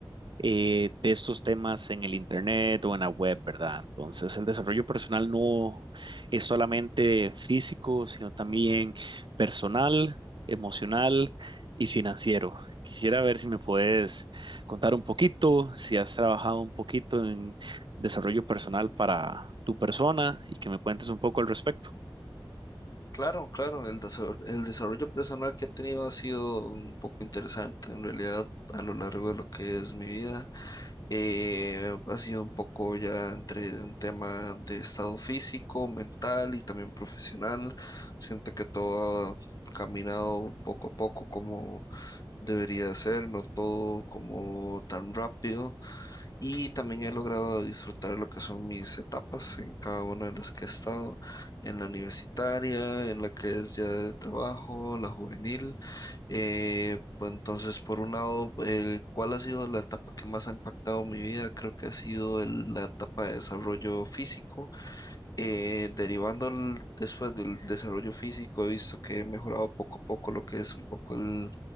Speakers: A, on the right; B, on the left.
A: eh, de estos temas en el internet o en la web, ¿verdad? Entonces, el desarrollo personal no es solamente físico, sino también personal, emocional y financiero. Quisiera ver si me puedes contar un poquito, si has trabajado un poquito en desarrollo personal para tu persona y que me cuentes un poco al respecto.
B: Claro, claro. El desarrollo, el desarrollo personal que he tenido ha sido un poco interesante, en realidad, a lo largo de lo que es mi vida. Eh, ha sido un poco ya entre un tema de estado físico, mental y también profesional. Siento que todo ha caminado poco a poco como debería ser, no todo como tan rápido. Y también he logrado disfrutar lo que son mis etapas en cada una de las que he estado, en la universitaria, en la que es ya de trabajo, la juvenil. Eh, pues entonces, por un lado, el, ¿cuál ha sido la etapa que más ha impactado mi vida? Creo que ha sido el- la etapa de desarrollo físico. Eh, derivando el- después del desarrollo físico, he visto que he mejorado poco a poco lo que es un poco el